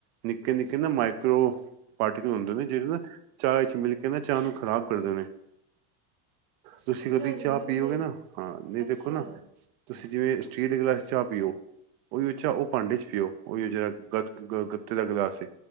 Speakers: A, on the right (about 65°); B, on the right (about 25°).
A: ਨਿੱਕੇ ਨਿੱਕੇ ਨਾ ਮਾਈਕਰੋ ਪਾਰਟੀਕਲ ਹੁੰਦੇ ਨੇ ਜਿਹੜੇ ਨਾ ਚਾਹ ਇਚ ਮਿਲ ਕੇ ਨਾ ਚਾਹ ਨੂੰ ਖ਼ਰਾਬ ਕਰ ਦੇ ਨੇ। ਤੁਸੀਂ
B: ਅੱਛਾ
A: ਉਦੀ ਚਾਹ
B: ਜੀ ਮੈਨੂੰ
A: ਪੀਓਗੇ
B: ਤੇ
A: ਨਾ ਹਾਂ ਨਹੀਂ
B: ਅੱਛਾ
A: ਦੇਖੋ ਨਾ। ਤੁਸੀਂ ਜਿਵੇਂ ਸਟੀਲ ਦੇ ਗਲਾਸ ਚ ਚਾਹ ਪੀਓ। ਉਹੀ ਉ ਅੱਛਾ ਉਹ ਭਾਂਡੇ ਚ ਪਿਓ ਉਹੀ ਜਿਹੜਾ ਗ ਗੱਤੇ ਦਾ ਗਲਾਸ ਸੀ।